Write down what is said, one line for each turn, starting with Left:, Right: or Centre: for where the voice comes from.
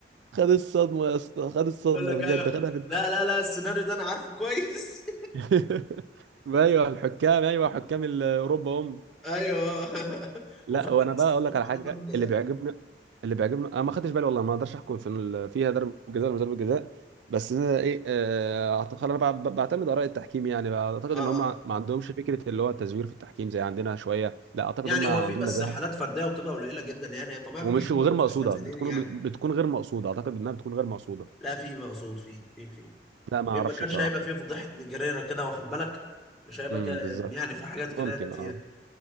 Right: خد الصدمة يا اسطى خد الصدمة
Centre: يقول لك
Right: بجد
Centre: أيوه
Right: خدها في دماغه
Centre: لا لا لا السيناريو ده أنا عارفه كويس
Right: <laughs> ايوه الحكام ايوه حكام ال- اوروبا هم
Centre: <laughs> أيوه <laughs>
Right: لا
Centre: وفعلا
Right: وانا بقى
Centre: حسبوا
Right: اقول لك على
Centre: عليه
Right: حاجه
Centre: ضربة جزاء
Right: اللي بيعجبني اللي بيعجبني انا ما خدتش بالي والله ما اقدرش احكم في ال- فيها ضربه جزاء ولا مش ضربه جزاء بس انا ايه آه، اعتقد انا بع- بعتمد اراء التحكيم يعني اعتقد
Centre: اه آه.
Right: ان هم ما عندهمش فكره اللي هو التزوير في التحكيم زي عندنا شويه لا اعتقد
Centre: يعني
Right: هم
Centre: هو
Right: عندهم
Centre: في بس
Right: نزاهه
Centre: حالات فرديه وبتبقى قليله جدا يعني طبيعي
Right: ومش
Centre: ما فيش ما
Right: وغير مقصوده
Centre: فيش فساد
Right: بتكون
Centre: ديني يعني
Right: بتكون غير مقصوده اعتقد انها بتكون غير مقصوده
Centre: لا في مقصود في في في
Right: لا ما
Centre: في
Right: اعرفش
Centre: ما كانش
Right: بصراحه
Centre: هيبقى فيه فضيحه نجاريره كده واخد بالك مش هيبقى
Right: امم
Centre: ك...
Right: بالظبط
Centre: يعني في حاجات كده
Right: ممكن
Centre: كتير
Right: اه